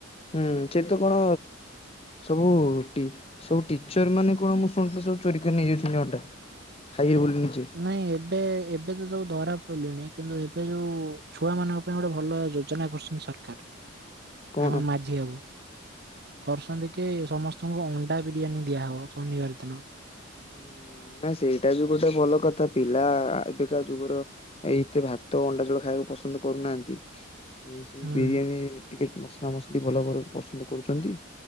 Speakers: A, on the left (about 30°); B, on the right (about 50°).
A: ହୁଁ ସେଠି ତ କଣ ସବୁ ଟି ସବୁ ଟିଚର ମାନେ କଣ ମୁଁ ଶୁଣଥିଲି ସବୁ ଚୋରି କରି ନେଇଯାଉଚନ୍ତି ଅଣ୍ଡା। ଖାଇବେ ବୋଲି ନିଜେ।
B: ନାଇଁ ଏବେ ଏବେ ତ ସବୁ ଧରା ପଇଲେଣି କିନ୍ତୁ ଏବେ ଯୋଉ ଛୁଆମାନଙ୍କ ପାଇଁ ଗୋଟେ ଭଲ ଯୋଜନା କରୁଚନ୍ତି ସରକାର
A: କଣ
B: ଆମ ମାଝି ବାବୁ। କରୁଛନ୍ତି କି ସମସ୍ତଙ୍କୁ ଅଣ୍ଡା ବିରିୟାନୀ ଦିଆହବ ଶନିବାର ଦିନ।
A: ହୁଁ ନାଇଁ ସେଇଟା ବି ଗୋଟେ ଭଲ କଥା ପିଲା ଏବେକା ଯୁଗର ଏ ଏତେ ଭାତ ଅଣ୍ଡାଝୋଳ ଖାଇବାକୁ ପସନ୍ଦ କରୁନାହାଁନ୍ତି ସିଏ ସେଇ
B: ହୁଁ
A: ବିରିୟାନୀ ଟିକେ ମସଲା ମସଲି ଭଲ ବରଂ ପସନ୍ଦ କରୁଛନ୍ତି।